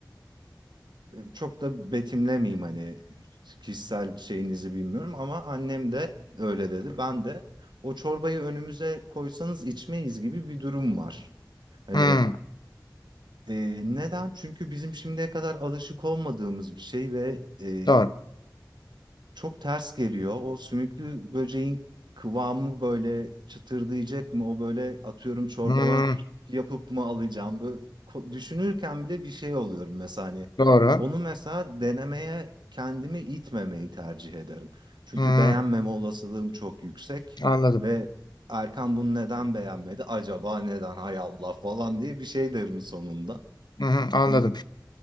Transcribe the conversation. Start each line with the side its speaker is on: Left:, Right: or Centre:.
Right: e, çok da betimlemeyeyim hani kişisel şeyinizi bilmiyorum ama annem de öyle dedi. Ben de o çorbayı önümüze koysanız içmeyiz gibi bir durum var. Hani
Left: Hı.
Right: e, neden? Çünkü bizim şimdiye kadar alışık olmadığımız bir şey ve e,
Left: Doğru.
Right: çok ters geliyor. O sümüklü böceğin kıvamı böyle çıtırdayacak mı? O böyle atıyorum çorbadan
Left: Hı.
Right: yapıp mı alacağım? Böyle ko- düşünürken bile bir şey oluyorum mesela hani.
Left: Doğru.
Right: Onu mesela denemeye kendimi itmemeyi tercih ederim. Çünkü
Left: Hı.
Right: beğenmeme olasılığım çok yüksek
Left: Anladım.
Right: ve Erkan bunu neden beğenmedi? Acaba neden? Hay Allah falan diye bir şey derim sonunda.
Left: Hı hı. Anladım.
Right: Hani